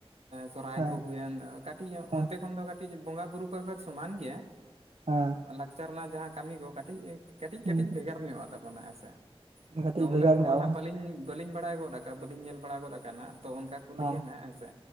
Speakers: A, on the right; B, on the right.
A: ᱥᱚᱨᱦᱟᱭ
B: ᱦᱮᱸ
A: ᱠᱚ ᱦᱩᱭᱮᱱ ᱠᱟᱹᱴᱤᱡ
B: ᱦᱮᱸ
A: ᱚᱱᱛᱮ ᱠᱷᱚᱱ ᱫᱚ ᱠᱟᱹᱴᱤᱡᱼᱼ ᱵᱚᱸᱜᱟ ᱵᱩᱨᱩ ᱠᱚ ᱥᱚᱢᱟᱱ ᱜᱮᱭᱟ᱾
B: ᱦᱸᱻ
A: ᱞᱟᱠᱪᱟᱨ ᱨᱮᱱᱟᱜ ᱡᱟᱦᱟᱸ ᱠᱟᱹᱢᱤ ᱠᱚ ᱠᱟᱹᱴᱤᱡ ᱠᱟᱹᱴᱤᱡ ᱠᱟᱹᱴᱤᱡ
B: ᱦᱮᱸ
A: ᱵᱷᱮᱜᱟᱨ ᱧᱚᱜᱼᱟ ᱛᱟᱵᱚᱱᱟ ᱦᱮᱸ ᱥᱮ
B: ᱠᱟᱹᱴᱤᱡ
A: ᱛᱚ
B: ᱵᱷᱮᱜᱟᱨ
A: ᱩᱱᱟᱹᱜ ᱠᱚᱢᱟ
B: ᱧᱚᱜᱼᱟ
A: ᱱᱟᱜ ᱵᱟᱹᱞᱤᱧᱼᱼ ᱵᱟᱹᱞᱤᱧ ᱵᱟᱲᱟᱭ ᱜᱚᱫ ᱟᱠᱟᱫ ᱵᱟᱹᱞᱤᱧ ᱧᱮᱞ ᱵᱟᱲᱟ ᱜᱚᱫ ᱟᱠ ᱦᱟᱜ ᱛᱚ ᱚᱱᱠᱟ ᱠᱚ
B: ᱵᱟᱝ
A: ᱞᱟᱹᱭᱟ ᱱᱟᱦᱟᱜ ᱦᱮᱸᱥᱮ